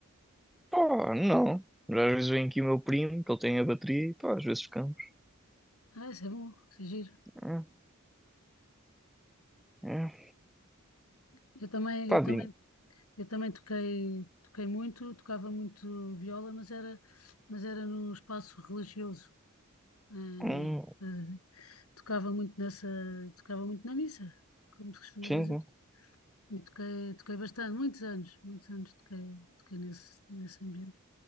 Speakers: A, in the centre; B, on the left.
A: Pá, não. Às vezes vem aqui o meu primo, que ele tem a bateria, e pá, às vezes ficamos.
B: Ah, isso é bom, isso é giro.
A: Hum, hum.
B: Eu também,
A: Pá,
B: eu também,
A: Dino.
B: eu também toquei, toquei muito, tocava muito viola, mas era, mas era num espaço religioso. eh,
A: Hum,
B: né? tocava muito nessa, tocava muito na missa, como se costuma
A: sim,
B: dizer.
A: sim.
B: E toquei, toquei bastante, muitos anos, muitos anos toquei, toquei nesse, nesse ambiente.